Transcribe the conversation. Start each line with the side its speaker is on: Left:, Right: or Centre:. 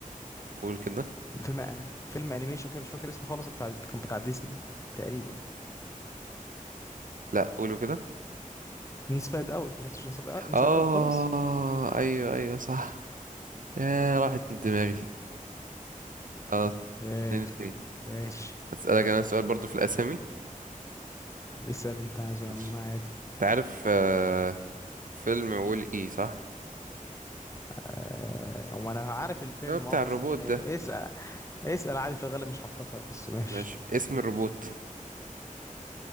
Right: قول كده
Left: فيلم فيلم انيميشن كده مش فاكر اسمه خالص بتاع كان بتاع ديزني تقريبا
Right: لا قولوا كده
Left: انسايد اوت ما شفتش انسايد اوت انسايد
Right: اه
Left: اوت خالص
Right: ايوه ايوه صح يا راحت من دماغي خلاص
Left: ايه
Right: اتنين اتنين
Left: ماشي
Right: هسألك انا سؤال برضو في الاسامي
Left: اسأل انت عايزه يا
Right: ماشي
Left: عم عادي
Right: انت عارف آه، فيلم وول اي صح
Left: آه، هو انا عارف الفيلم
Right: اللي هو بتاع
Left: اه بس
Right: الروبوت
Left: إيه،
Right: ده
Left: اسأل اسأل عادي في الغالب مش هفتكر بس ماشي
Right: ماشي اسم الروبوت